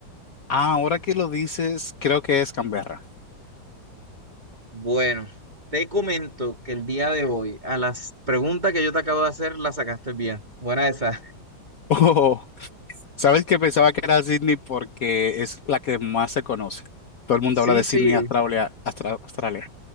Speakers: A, on the left; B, on the right.
A: Ah, ahora que lo dices, creo que es Canberra. <laughs>
B: Bueno, te comento que el día de hoy a las preguntas que yo te acabo de hacer las sacaste bien. Buena esa.
A: Oh, ¿sabes que Pensaba que era Sydney porque es la que más se conoce. Todo el mundo
B: Sí,
A: habla de Sydney,
B: sí,
A: Australia, Astra- Australia.